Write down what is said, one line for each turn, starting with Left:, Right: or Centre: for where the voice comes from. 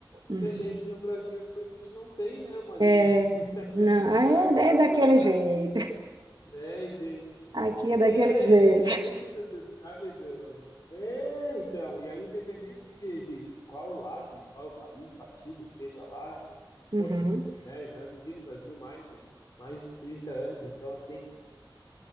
Right: Uhum.
Left: E a gente no Brasil, a gente não tem, né, uma
Right: É,
Left: gerência. <laughs> A gente
Right: não, ah,
Left: tá aí,
Right: é,
Left: a
Right: é
Left: Deus
Right: daquele
Left: dará,
Right: jeito.
Left: assim, né? inde-
Right: Aqui
Left: É,
Right: é daquele jeito.
Left: independente do, do- sabe, do... É, então, e aí independente de, de, de qual lado, de qual país, partido esteja lá,
Right: Uhum.
Left: poxa, né, eu já vivi no Brasil mais de mais de 30 anos, então assim,